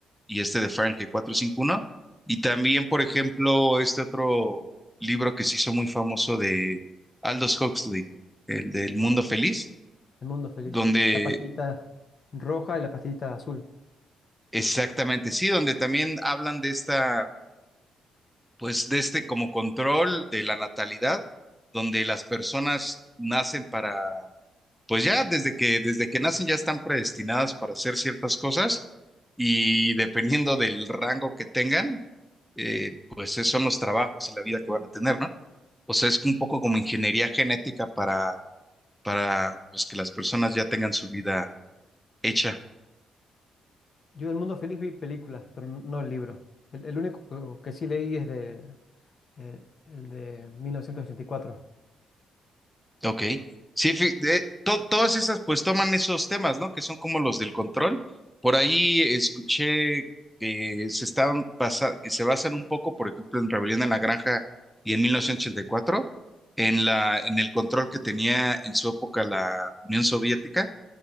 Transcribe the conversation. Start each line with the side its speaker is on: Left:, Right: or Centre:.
Centre: y este de Fahrenheit 451. y también, por ejemplo, este otro libro que se hizo muy famoso de Aldous Huxley, el del Mundo Feliz,
Left: El mundo feliz.
Centre: donde,
Left: La pastillita roja y la pastillita azul.
Centre: exactamente, sí, donde también hablan de esta pues de este como control de la natalidad, donde las personas nacen para, pues ya desde que, desde que nacen ya están predestinadas para hacer ciertas cosas y dependiendo del rango que tengan, eh, pues esos son los trabajos y la vida que van a tener, ¿no? O sea, es un poco como ingeniería genética para, para pues que las personas ya tengan su vida hecha.
Left: Yo del mundo feliz vi películas, pero no el libro. El, el único que que sí leí es de, eh, el de mil novecientos ochenta y cuatro.
Centre: Ok. Sí, fi- de- to- todas esas pues toman esos temas, ¿no? Que son como los del control. Por ahí escuché que se estaban basa- que se basan un poco, por ejemplo, en Rebelión en la Granja y en 1984, en la, en el control que tenía en su época la Unión Soviética.